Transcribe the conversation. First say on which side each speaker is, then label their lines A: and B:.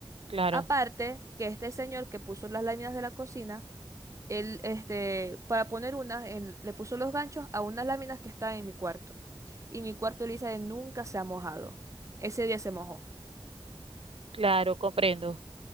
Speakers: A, on the right (about 85°); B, on the right (about 35°).
A: claro,
B: Aparte, que este señor que puso las láminas de la cocina, él, este, para poner unas, él le puso los ganchos a unas láminas que están en mi cuarto. Y mi cuarto, Elisa, nunca se ha mojado. Ese día se mojó.
A: claro, comprendo.